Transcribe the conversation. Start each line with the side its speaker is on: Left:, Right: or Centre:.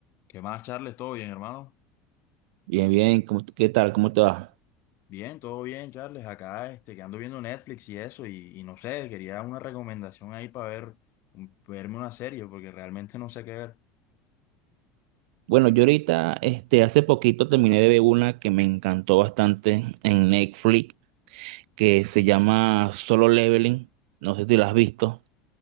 Left: ¿Qué más, Charles? ¿Todo bien, hermano?
Right: Bien, bien, ¿cómo, qué tal? ¿Cómo te va?
Left: Bien, todo bien, Charles. Acá, este, que ando viendo Netflix y eso, y, y no sé, quería una recomendación ahí para ver, un- verme una serie, porque realmente no sé qué ver.
Right: Bueno, yo ahorita, este, hace poquito terminé de ver una que me encantó bastante en Netflix, que se llama Solo Leveling. No sé si la has visto.